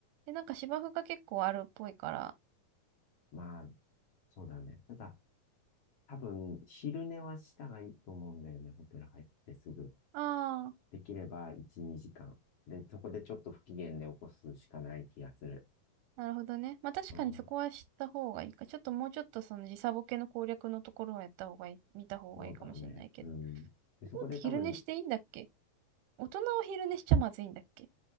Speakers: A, on the right; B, on the left.
A: で、なんか芝生が結構あるっぽいから、
B: まあ、そうだね。ただ、多分、昼寝はした方がいいと思うんだよね。ホテル入ってすぐ。
A: ああ、
B: できれば1、2時間。で、そこでちょっと不機嫌で起こすしかない気がする。
A: なるほどね。まあ確かにそこは知った方がいいか。
B: うん、
A: ちょっともうちょっとその時差ボケの攻略のところはやった方がいい、見た方がいいかもしれないけど。
B: そうだね。うん。で、そこで多分、
A: もって昼寝していいんだっけ大人は昼寝しちゃまずいんだっけ